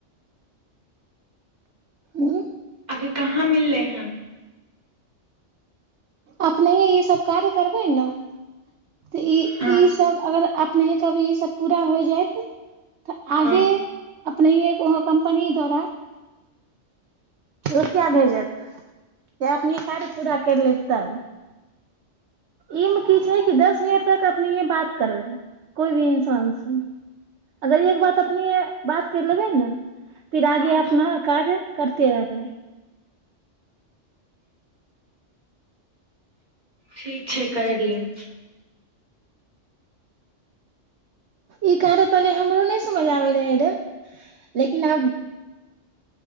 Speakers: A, on the right; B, on the right.
A: हू
B: अभी कहाँ मिल रहेै ह
A: अपने ईसभ कार्य करबै ने तऽ ई
B: हँ
A: ई सभ अगर ने कभी ई सब पूरा हो जायत तऽ आगे
B: हँ
A: अपने ओ कम्पनी द्वारा रुपआ भेजत जे अपने कार्य पूरा कर लेत तब ई मे की छै कि दस मिनट तक अपने य बात करबै कोइ भी इन्सानसँ अगर एक बात अपने बात कर लेबै ने फिर आगे
B: आधा
A: अपना कार्य करते रहबै
B: ठीक छै करि लेब
A: ई कार पहिले हमरो नहि समझ आबे रहे रे लेकिन अब